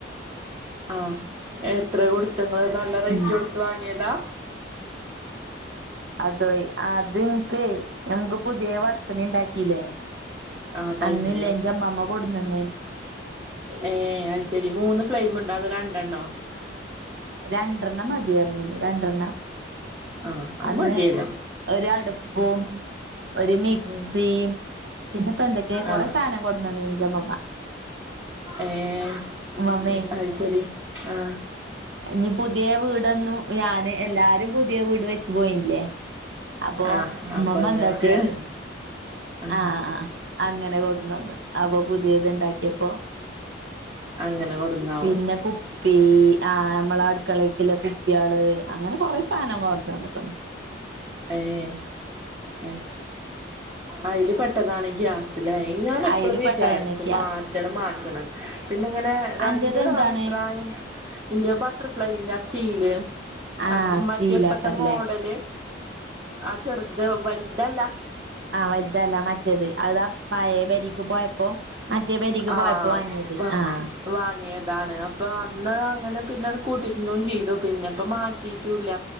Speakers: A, on the right (about 25°); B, on the right (about 65°).
A: ആഹ് എത്ര കൊടുത്തങ്ങള് നല്ല റേറ്റ്
B: ഉം
A: കൊടുത്ത് വാങ്ങിയതാ?
B: അതോയ് അത്നിക്ക് നമക്ക് പുതിയ വടക്കണി ഉണ്ടാക്കില്ലേ
A: ആഹ് ടൈമില്
B: അന്നല്ല എന്റെമ്മമ്മ കൊഡ്ന്നന്നേര്ന്നു
A: ഏഹ് അത് ശരി മൂന്ന് ഫ്ലെയിമണ്ടോ അതോ രണ്ടെണ്ണോ
B: രണ്ടെർണ്ണം മതിയര്ന്ന് രണ്ടെണ്ണം
A: ആഹ് അത്
B: അന്ന്
A: മതിയല്ലോ
B: ഒരടുപ്പും ഒരു മിക്സി
A: ഉം
B: പിന്നെപ്പൊ എന്തൊക്കെയ കൊറെ
A: ആഹ്
B: സാധനം കൊടുന്നന്നീന്നു ന്റെമമ്മ
A: ഏഹ്
B: മമ്മേ
A: അത് ശരി ആഹ്
B: ഇനി പുതിയ വീടൊന്നും ഞാാന് എല്ലാരും പുതിയ വീട് വെച്ച പോയില്ലേ അപ്പൊ
A: ആഹ് അപ്പൊ
B: മമ്മ
A: ഇങ്ങക്ക്
B: എന്താട്ടിയ അറിയോ
A: ആഹ്
B: ആഹ് ആഹ് ആ് അങ്ങനെ കൊടുന്ന് വന്നു അപ്പൊ പുതിയത് ഉണ്ടാക്കിയപ്പോ
A: അങ്ങനെ കൊടുന്നാവും
B: പിന്നെ കുപ്പി ആ നമ്മളെ അടുക്കളെ ക്കുള്ള കുപ്പികള് അങ്ങനെ കൊറെ സാധനം കൊടന്നന്ന്ക്ക്ണ്
A: ഏഹ് അയ്ല് പെട്ടതാണ് ഗ്യാസ് ല്ലേയി ഞൻ എപ്പളും
B: അയില്
A: വിചാരിക്കും
B: പെട്ടതന്നെ ഗ്യാസ്
A: മാറ്റണം മാറ്റണം പിന്ന ഇങ്ങനെ രണ്ട്
B: അന്റത് എന്താണ്
A: അഭിപ്രായം ഇന്റെ ബട്ടർഫ്ലൈന്റെ ആ സ്റ്റീല്
B: ആഹ്
A: ആച് മറ്റേപ്പത്തെ
B: സ്റ്റീലാക്കാരല്ലേ
A: മോഡല് ആഹ് ചെറുത് വല്താല്ല
B: ആഹ് വലുതല്ല മറ്റേത് അതാ പഴയേ പരിക്ക് പോയപ്പോ മറ്റേ പേരിക്ക്
A: ആഹ്
B: പോയപ്പോ വാങ്ങിയത് ആഹ്
A: വാങ്ങിയതാണ് അപ്പൊ അന്ന് അങ്ങനെ പിന്നെ കൂടിര്ന്നും ചെയ്തു പിന്നെ അപ്പൊ മാറ്റിട്ടൂല്ല